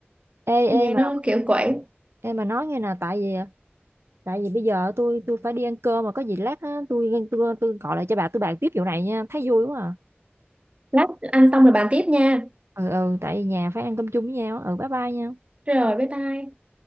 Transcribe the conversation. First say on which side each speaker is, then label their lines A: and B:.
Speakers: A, on the right (about 90°); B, on the right (about 30°).
A: ê
B: nghe
A: ê mà
B: nó kiểu quậy
A: em mà nói nghe nè tại vì tại vì bây giờ tôi tôi phải đi ăn cơm mà có gì lát á, tôi tôi tôi gọi lại cho bà tôi bàn tiếp vụ này nha thấy vui quá à
B: lát ăn xong rồi bàn tiếp nha
A: ừ ừ tại vì nhà phải ăn cơm chung với nhau á. ừ bye bye nha
B: rồi bye bye